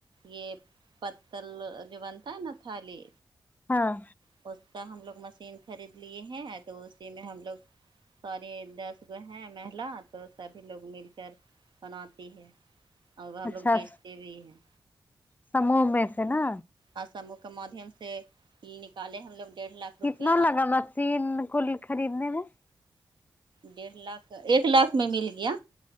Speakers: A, on the right (about 70°); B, on the left (about 20°).
A: یے پتل جو بنتا ہے نا تھالی
B: ہاں
A: پوچھتا ہم لوگ مشین خرید لیے ہیں تو اسی میں ہم لوگ سوری دس گوہ ہیں مہلا تو سبھی لوگ مل کر بناتی ہے اور ہم
B: اچھا
A: لوگ بیچتے بھی ہیں
B: سموہ میں سے نا
A: آ سموہ کے مادھیم سے یہل نکالے ہم لوگ ڈیڑھ لاکھ
B: کتنا
A: روپیہ
B: لگا مسین کو خرید نے میں
A: ڈیڑھ لاکھ ایک لاکھ میں مل گیا